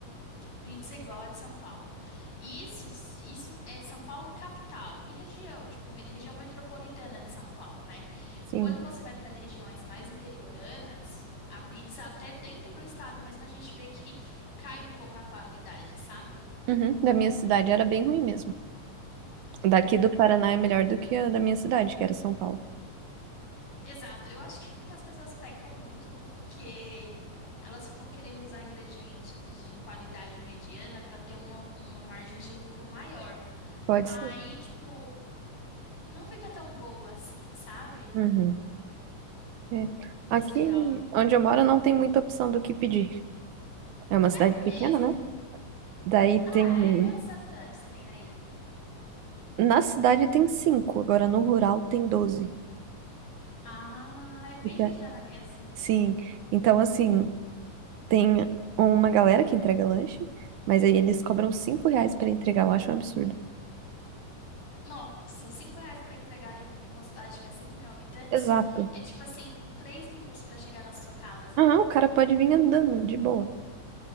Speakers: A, on the left; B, on the right.
A: pizza igual a de São Paulo. E isso, se- isso é São Paulo capital e região, tipo, me- região metropolitana de São Paulo, né?
B: Sim.
A: Quando você vai para as regiões mais interioranas, a pizza até dentro do estado mesmo a gente vê que cai um pouco a qualidade, sabe?
B: Uhum, Da minha cidade era bem ruim mesmo. Daqui do Paraná é melhor do que a da minha cidade, que era São Paulo.
A: Exato. Eu acho que as pessoas pecam muito porque elas ficam querendo usar ingredientes de qualidade mediana para ter uma, uma margem de lucro maior.
B: Pode
A: Aí,
B: ser.
A: tipo, não fica tão boa assim, sabe?
B: Uhum. É.
A: Mas
B: Aqui
A: legal.
B: onde eu moro não tem muita opção do que pedir. É uma cidade
A: É
B: pequena,
A: mesmo.
B: né? Daí
A: Ah,
B: tem.
A: é? Quantos habitantes tem aí?
B: Na cidade tem cinco, agora no rural tem doze.
A: Ah, é bem
B: Eita.
A: pequena mesmo.
B: Sim, então assim, tem uma galera que entrega lanche, mas aí eles cobram cinco reais pra entregar, eu acho um absurdo.
A: Nossa, cinco reais para entregar dentro de uma cidade que é cinco mil habitantes
B: Exato.
A: é tipo assim, três minutos para chegar na sua casa.
B: Ah, o cara pode vir andando, de boa.